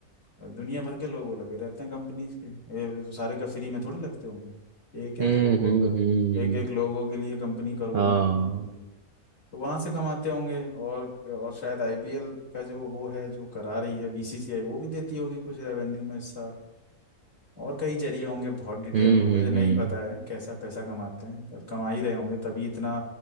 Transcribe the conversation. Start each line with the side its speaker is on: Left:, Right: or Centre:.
Left: दुनिया भर के लोगो लगे रहते हैं कंपनीज के ये सारे का फ्री में थोड़ी लगते होंगे एक एक
Right: हम्म
Left: लोगो
Right: हम्म हम्म
Left: एक एक लोगों के लिए कंपनी करोड़ों
Right: हाँ
Left: देती होंगी तो वहां से कमाते होंगे और और शायद आईपीएल का जो वो है जो करा रही है बीसीसीआई वो भी देती होगी कुछ रेवेन्यू में हिस्सा और कई जरिए होंगे बहुत डिटेल
Right: हम्म
Left: तो
Right: हम्म
Left: मुझे नहीं
Right: हम्म
Left: पता है कैसा पैसा कमाते हैं पर कमा ही रहे होंगे तभी इतना